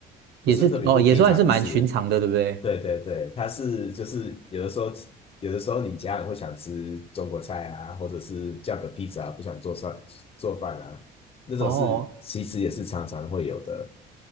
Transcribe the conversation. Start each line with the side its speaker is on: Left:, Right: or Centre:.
Right: 也是，
Left: 不是特别不平常的事。
Right: 哦，也算是蛮寻常的，对不对？
Left: 对对对，他是就是有的时候有的时候你家人会想吃中国菜啊，或者是叫个披萨啊不想做饭做饭啊，那种事其实也是常常会有的。
Right: 哦，